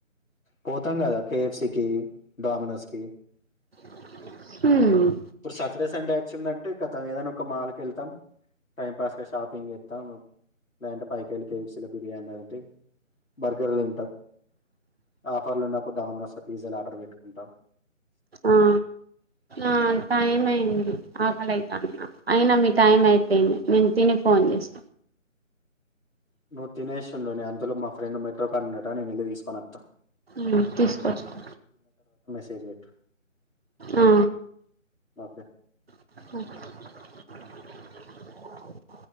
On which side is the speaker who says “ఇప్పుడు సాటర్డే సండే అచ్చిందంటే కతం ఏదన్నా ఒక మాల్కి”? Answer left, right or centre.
Left